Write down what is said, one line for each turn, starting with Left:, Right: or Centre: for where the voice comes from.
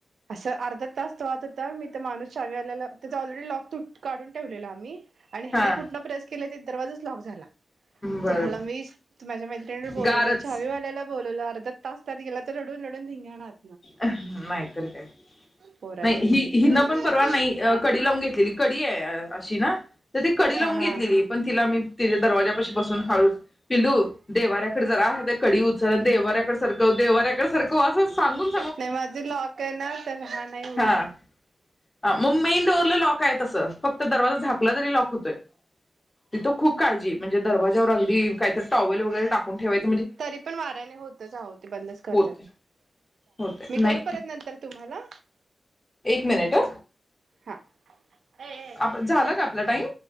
Right: असं अर्धा तास तो वाहत होता मी ते माणुस शानी आलेल, त्याच ऑलरेडी लाॅक तुट काढून ठेवलेल आम्ही आणि ह्यानी
Left: हा
Right: कुठून दरवाजाच लॉक झाला.
Left: बर
Right: चल मी माझ्या मैत्रिणीवर बोलवलं
Left: गारच
Right: चाहावीवाल्याला बोलवलं अर्धा तास त्यात गेला तर रडून रडून धिंगानाच
Left: हं नाहीतर काय
Right: पोरांची
Left: नाही
Right: खूप भीती
Left: ही हीना
Right: वाटते
Left: पण परवा नीयी कडी लावून घेतलेली, कडी य य अशी ना तर ती कडी
Right: हा
Left: लावून
Right: हा
Left: घेतलेली पण तीला मी तिज्या दरवाजापाशी बसून हळूच पिल्लू देव्हाराकडे जरा कडी उचल देवहार्याकडे सरक देवाऱ्याकडे सरकव अस सांगुन
Right: नाही माझे लॉक आहे ना तर हा नाही होत
Left: हा हा मेन डोर ला लॉक आहे तस फक्त दरवाजा झाधकला तरी लॉक होतोय तिथ खूप काळजी म्हणजे दरवाज्यावर अगदी काहीत टॉवेल वगैरे टाकून ठेवायच
Right: तरी पण वाऱ्याने होतच आहो ते बंदच करतात.
Left: होते होते
Right: मी
Left: नाही
Right: करू परत नंतर तुम्हाला
Left: एक मिनिट अ
Right: हा ए ए
Left: आप झाला
Right: चल
Left: का आपला टाईम?